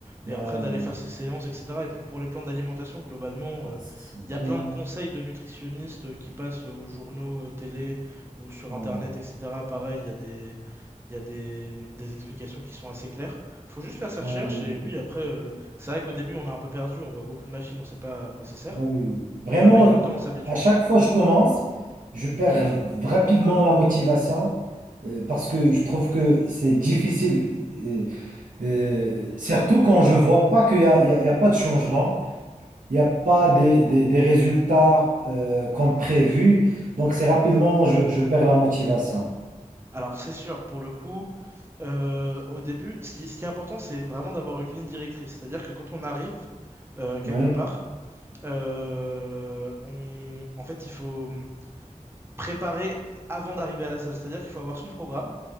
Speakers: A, on the right (about 20°); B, on the right (about 85°).
A: et
B: Euh,
A: après d'aller faire ses séances, etc. Et puis pour les plans d'alimentation, globalement,
B: ah,
A: euh,
B: c'est
A: il
B: bien.
A: y a plein de conseils de nutritionnistes euh, qui passent aux journaux, euh, télé ou sur
B: Ah,
A: Internet, etc. Pareil, il y a des, il y a des, des explications qui sont assez claires. Faut juste faire ses recherches,
B: ah oui,
A: et
B: oui,
A: oui,
B: oui.
A: après, euh, c'est vrai qu'au début, on a un peu perdu, on voit beaucoup de machines, on sait pas à quoi ça sert,
B: Ah oui, oui. Vraiment,
A: mais avec
B: euh,
A: le temps, on s'habitue.
B: à à chaque fois que je commence, je perds rapidement la motivation euh, parce que je trouve que c'est difficile. euh, Euh, surtout quand je vois pas qu'il y a, il y a- il y a pas de changement, il n'y a pas des, des- des résultats euh, comme prévu. Donc, c'est rapidement, je, je perds la motivation.
A: Alors, c'est sûr, pour le coup, euh, au début, ce qui, ce qui est important, c'est vraiment d'avoir une ligne directrice. C'est-à-dire que quand on arrive euh, quelque
B: Oui,
A: part, euh, on- en fait, il faut hum, préparer avant d'arriver à la salle. C'est-à-dire qu'il faut avoir son programme.